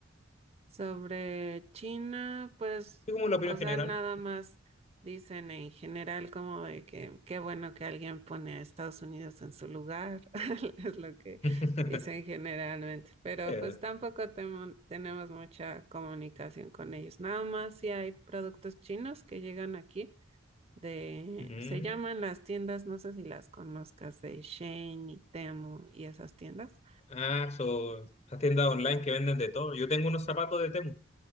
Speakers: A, on the right; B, on the left.
A: Sobre China, pues,
B: ¿Y cómo es la opinión
A: o sea,
B: general?
A: nada más dicen en general como de que qué bueno que alguien pone a Estados Unidos en su lugar, <laughs> es lo que
B: <laughs>
A: dicen generalmente, pero
B: Eh,
A: pues tampoco temo- tenemos mucha comunicación con ellos, nada más si hay productos chinos que llegan aquí de,
B: ujú.
A: se llaman las tiendas, no sé si las conozcas, de Shein y Temu y esas tiendas.
B: Ah, so, las tiendas online que venden de todo. Yo tengo unos zapatos de Temu.